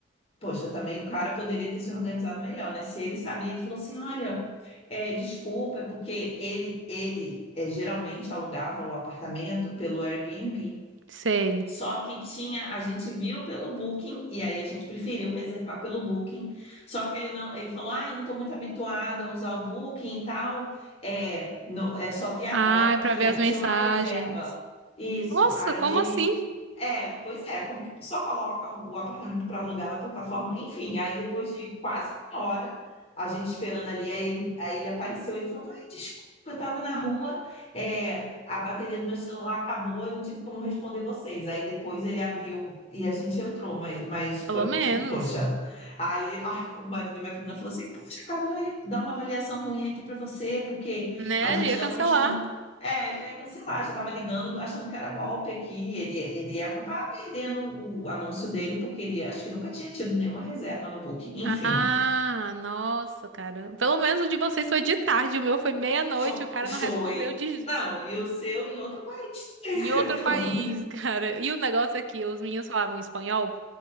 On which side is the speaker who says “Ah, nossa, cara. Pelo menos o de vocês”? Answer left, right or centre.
Right